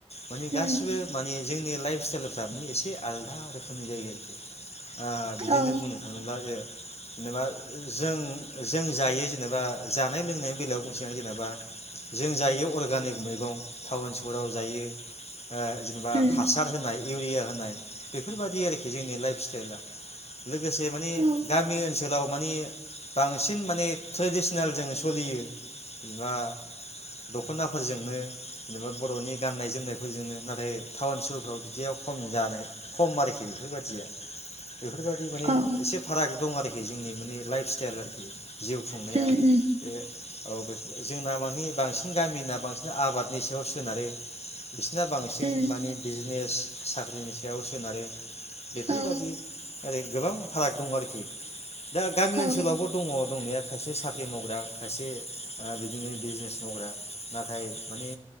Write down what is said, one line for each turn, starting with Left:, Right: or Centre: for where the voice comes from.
Left: माने गासिबो
Right: उम
Left: माने जोंनि लाइफ स्टाइलफ्रा माने एसे आलादा रोखोमनि जायो आरोखि ओ बिदिनो
Right: औ
Left: बुंनो थाङोब्ला जों जेनेबा जों जों जायो जेनेबा जानाय लोंनायनि बेलायाव बुंसे आं जेनेबा जों जायो अर्गानिक मैगं टाउन स हराव जायो ओ जेनेबा
Right: उम
Left: हासार होनाय इउरिया होनाय बेफोरबादि आरोखि जोंनि लाइफ स्टाइला लोगोसे मानि
Right: औ
Left: गामि ओनसोलाव मानि बांसिन माने ट्रेडिसनेल जों सोलियो जेनेबा दख'नाफोरजोंनो जेनेबा बर'नि गाननाय जोमनायफोरजोंनो नाथाय टाउन सहर बिदियाव खम जानाय खम आरोखि बेफोरबायाददिया बेफोरबायदि माने
Right: औ
Left: एसे फाराग दं आरोखि जोंनि माने लाइफ स्टाइल आरोखि जिउ संनाया
Right: उम
Left: बे
Right: उम
Left: औ बे जोंना मानि बांसिन गामिना बांसिन आबादनि सायाव सो सोनारो बिसिना बांसिन
Right: उम
Left: माने बिजनेस साख्रिनि सायाव सोनारो बेफोरबादि
Right: औ
Left: ओरै गोबां फाराग दं आरोखि दा गामि
Right: औ
Left: ओनसोलावबो दङ दंनाया खायसे साख्रि मावग्रा खायसे ओ बिदिनो बिजनेस मावग्रा नाथाय माने